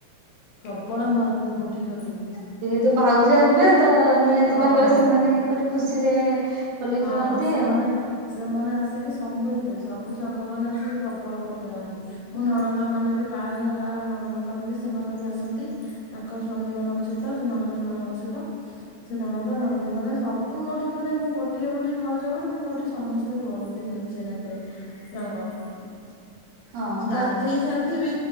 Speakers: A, on the left (about 80°); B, on the right (about 70°).
A: ପ୍ରବଳ ମାରନ୍ତି ମୋଠି ହୋଲି।
B: ତୋ ଭାଉଜ ହେବେ ତ ନିହାତି
A: ହଁ।
B: ଭାବରେ ସେମାନେ ଗୋଟେ ଖୁସିରେ ହୋଲି
A: ହଁ
B: ଖେଳନ୍ତି
A: ସେମାନେ
B: ଆଉ
A: ସେମାନେ ଆସିକି ସମତେ ସବୁ ସାଙ୍ଗମାନେ ଆସିକି ପ୍ରବଳ ମୋଠି ମାରନ୍ତି। ମୋ ନଣନ୍ଦମାନେବି ବାହାହବା ନଣନ୍ଦମାନେବି ସେମାନେବି ଆସନ୍ତି। ତାଙ୍କ ସ୍ଵାମୀ ମାନଙ୍କ ସହିତ ସେ ନଣଦେଇମାନଙ୍କ ସହିତ ସେ ନଣନ୍ଦ ନଣଦେଇ ମାନେ ସବୁ ମୋଠି ମାନେ ମୁଁ ଗୋଟେ ଟିଏ ବୋଲି ଭାଉଜ ବୋଲିକି ମୋଠି ସମସ୍ତେ ବୋଳନ୍ତି ମେଞ୍ଚେ ନେଖାଏ ରଙ୍ଗ।
B: <inaudible>
A: ମୁଁ ଗାଧେଇ
B: ତ
A: ସାରିଥିବି